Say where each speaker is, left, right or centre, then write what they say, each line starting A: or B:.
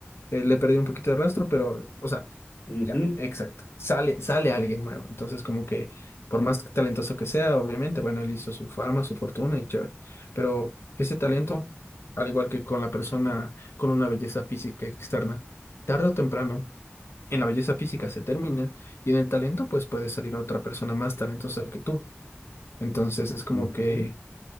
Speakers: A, on the left; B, on the left.
A: eh, le perdí un poquito de rastro, pero, o sea,
B: -huh.
A: ya, exacto, sale, sale alguien nuevo, entonces como que por más talentoso que sea, obviamente, bueno, él hizo su fama, su fortuna y chévere, pero ese talento, al igual que con la persona con una belleza física externa, tarde o temprano en la belleza física se termina y en el talento pues puede salir otra persona más talentosa que tú. Entonces es como
B: Uh -huh.
A: que,